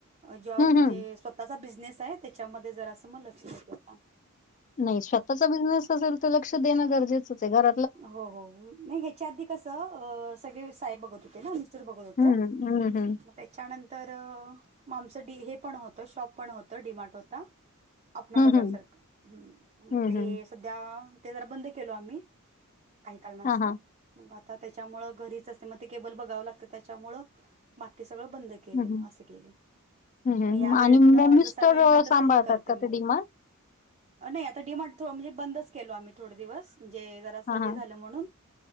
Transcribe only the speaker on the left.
हं,
हं.
नाही स्वतःचा बिझनेस असेल तर लक्ष देणं गरजेचं स घर
हं, हं, हं.
हं,
हं.
हं,
हं.
हां, हां.
हं,
हं.
हं, हं.
आणि मग मिस्टर
अ,
सांभाळतात
का
ते डी-मार्ट?
हां,
हां.